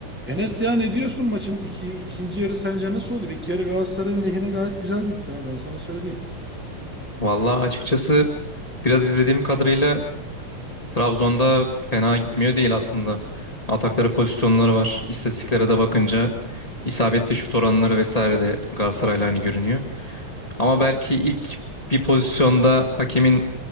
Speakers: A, in the centre; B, on the left.
A: Enes ya ne diyorsun maçın iki- ikinci yarı sence nasıl olur? İlk yarı Galatasaray'ın lehine gayet güzel bitti ha ben sana söyleyeyim.
B: Vallahi açıkçası biraz izlediğim kadarıyla Trabzon'da fena gitmiyor değil aslında. Atakları pozisyonları var. İstatistiklere de bakınca isabetli şut oranları vesaire de Galatasaray'la aynı görünüyor. Ama belki ilk bir pozisyonda hakemin